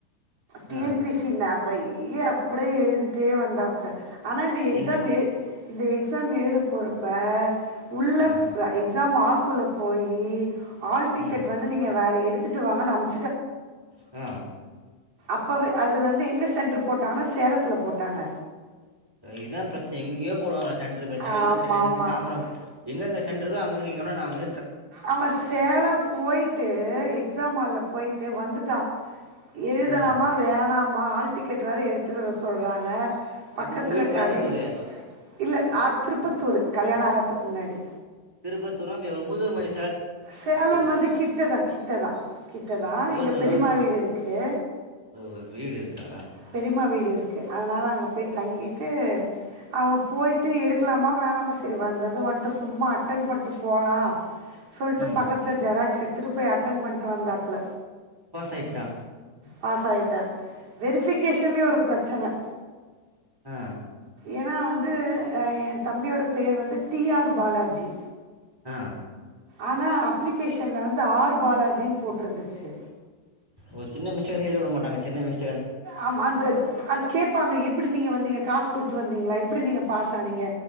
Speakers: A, on the right; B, in the centre.
A: டிஎன்பிஸ்சி
B: ஆ
A: நெறைய அப்படியே எழுதிட்டே வந்தாப்ல ஆனா இந்த எக்ஸாம்
B: ஏ
A: எ இந்த எக்ஸாம் எழுத போறப்ப உள்ளப்
B: ஆ
A: எக் எக்ஸாம் ஆல்குள்ள போயி ஆல் டிக்கெட்
B: ம்
A: வந்து நீங்க வேற எடுத்துட்டு வாங்கன் அம்
B: ஆ
A: அப்போவே அது வந்து எங்க சென்டரு போட்டாங்கன்னா சேலத்துல போட்டாங்க
B: இதுதா பிரச்சனை எங்கேயோ போடுவாங்க சென்ட்ரு பிரச்சனை
A: ஆமாம்
B: இல்லனா சென்னையில
A: ஆமாம்
B: இருந்து தாம்பரம் எங்கெங்க சென்டரு இருக்கோ அங்க என்னனாங்
A: அவ சேலம் போயிட்டு எக்ஸா ஹால்ல போயிட்டு வந்துட்டா எழுதலாமா
B: ஆ
A: வேணாமா ஆல் டிக்கெட் வேர எடுத்துட்டுவர சொல்றாங்க பக்கத்துல
B: இப்போ உங்க வீடு கோயம்புத்தூரு
A: கடை இல்ல நா திருப்பத்தூரு கல்யாண ஆகத்துக்கு முன்னாடி
B: திருப்பத்தூரா அது ரொம்ப தூராமச்
A: சேலம் வந்து கிட்டதா கிட்டதா கிட்டதா
B: எவ்ளோ
A: எங்க
B: தூரோ
A: பெரியம்மா வீடு இருக்கு
B: ஓ வீடு இருக்கா
A: பெரீமா வீடு இருக்கு அதனால அங்க போய் தங்கிட்டு அவ போயி்ட்டு எடுக்கலாமா வேணாமா சரி வந்தது வந்டோ சும்மா அட்டென் பண்ட்டு போலா சொல்ட்டு
B: ம்
A: பக்கத்துல ஜெராக்ஸ் எடுத்துட்டு போய் அட்டன் பண்ட்டு வந்தாப்ல
B: பாஸ் ஆயிடுச்சா
A: பாஸ் ஆயிட்டா வெரிபிகேஷன்லயே ஒரு ப்ரச்சன
B: ஆ
A: ஏன்னா வந் து இது அ என் தம்பியோட பேரு வந்து டி ஆர் பாலாஜி
B: ஆ
A: ஆனா அப்ளிகேஷன்ல வந்து ஆர் பாலாஜினு போட்ருந்துச்சு
B: ஒரு சின்ன மிஸ்டேக்னு எழுதவிட மாட்டாங்க சின்ன மிஸ்
A: ஆமா அந்த அது கேப்பாங்க எப்டி நீங்க வந் நீங்க காசு குடுத்து வந்தீங்களா எப்டி நீங்க பாஸ் ஆனீங்க